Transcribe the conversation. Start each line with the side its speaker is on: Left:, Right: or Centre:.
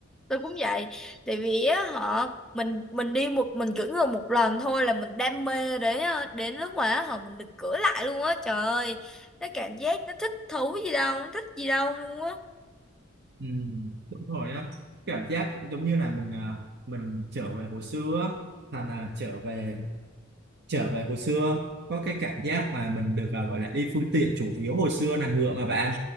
Centre: tôi cũng vậy tại vì á họ mình mình đi một mình cưỡi ngựa một lần thôi là mình đam mê đến đến lúc mà á, họ mình được cưỡi lại luôn á trời ơi nó cảm giác nó thích thú gì đâu nó thích gì đâu luôn á
Right: Ừ, đúng rồi á cảm giác giống như là mình à, mình trở về hồi xưa á. thành là trở về trở về hồi xưa có cái cảm giác mà mình được à, gọi là đi phương tiện chủ yếu hồi xưa là ngựa mà bạn